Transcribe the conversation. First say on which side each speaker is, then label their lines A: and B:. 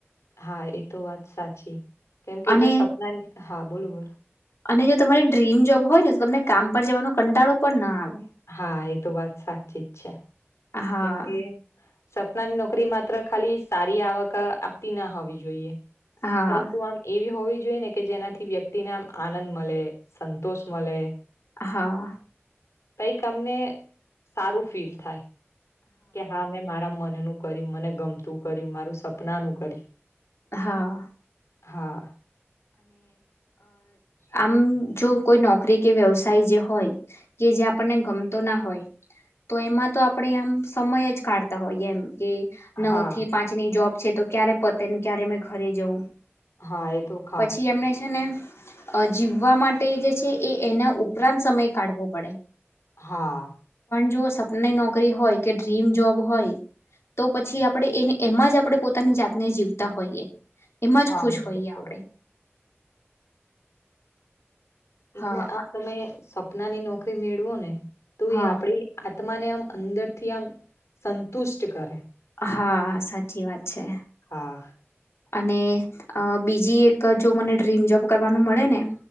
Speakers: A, on the left; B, on the left.
A: હા એ તો વાત સાચી કેમકે
B: અને
A: જો સપના હા બોલ બોલ
B: અને જો તમારી ડ્રીમ જોબ હોય ને તો તમને કામ પર જવાનો કંટાળો પણ ના આવે
A: હા એ તો વાત સાચી જ છે
B: હા
A: કેમ કે સપનાની નોકરી માત્ર ખાલી સારી આવક આપતી ના હોવી જોઈએ
B: હા
A: પરંતુ આમ એવી હોવી જોઈ ને કે જેનાથી વ્યક્તિને આમ આનંદ મળે સંતોષ મળે
B: હા
A: કઈક અમને સારું ફીલ થાય કે હા મેં મારા મનનું કર્યું મને ગમતું કર્યું મારું સપનાનું કર્યું
B: હા
A: હા
B: આમ જો કોઈ નોકરી કે વ્યવસાય જે હોય કે જે આપ ગમતો ના હોય તો એમાં તો આપણેે આમ સમય જ કાઢતા હોયએ એમ કે નવ
A: હા.
B: થી પાંચની જોબ છે તો ક્યારે પતે ને ક્યારે મે ઘરે જવું
A: હા એ તો ખાસ
B: પછી એમને છે ને અ જીવા માટે જે છે એ એના ઉપરાંત સમય કાઢવો પડે
A: હા
B: જો સપનાની નોકરી હોય કે ડ્રીમ જોબ હોય તો પછી આપણે એને એમાં જ આપણે પોતાની જાતને જીવતા હોઈએ એમાં
A: હા
B: જ ખુશ
A: એ
B: હોઈએ
A: તો ખરું
B: આપણે
A: એટલે
B: હા
A: આ તમે સપનાની નોકરી મેળવો ને તો
B: હા
A: એ આપડી તમને આમ અંદરથી આમ સંતુષ્ટ કરે
B: હા સાચી વાત છે
A: હા
B: અને બીજી એક જો મને ડ્રીમ જોબ કરવાનું મળે ને